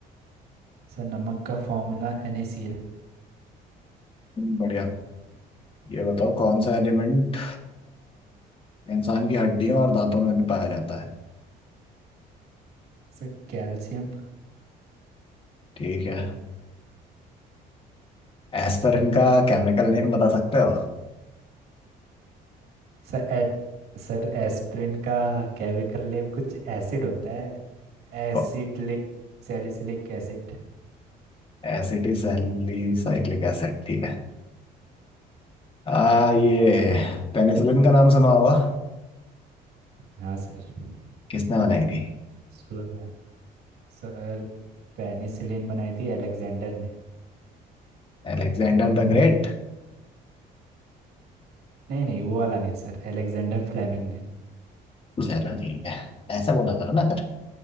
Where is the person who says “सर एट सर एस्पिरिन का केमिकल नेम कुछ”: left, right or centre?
Right